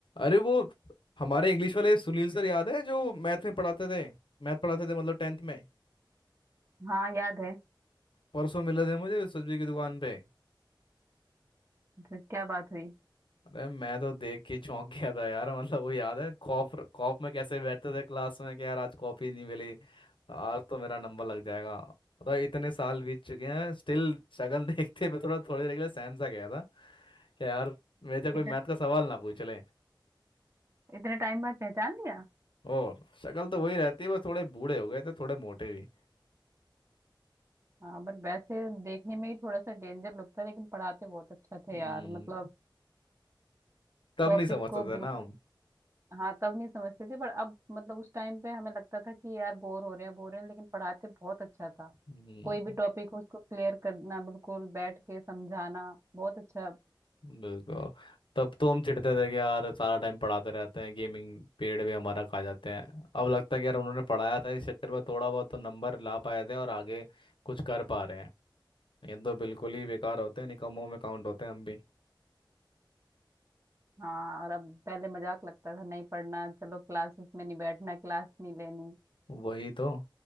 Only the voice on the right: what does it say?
हाँ याद है
तो क्या बात हुई
इतने
इतने टाइम बाद पहचान लिया
हाँ बट वैसे देखने में ही थोड़ा सा डेंजर लगता है लेकिन पढ़ाते बहुत अच्छा थे
यार मतलब
टॉपिक
को
बिल्कुल
हाँ तब नहीं समझते थे पर अब मतलब उस टाइम पे हमें लगता था कि यार बोर हो रहे हैं बोर हो रहे हैं लेकिन पढ़ाते बहुत अच्छा था
कोई भी टॉपिक हो उसको क्लियर करना बिल्कुल बैठ के समझाना बहुत अच्छा
हाँ और अब पहले मजाक लगता था नहीं पढ़ना चलो क्लासेस में नहीं बैठना क्लास नहीं लेनी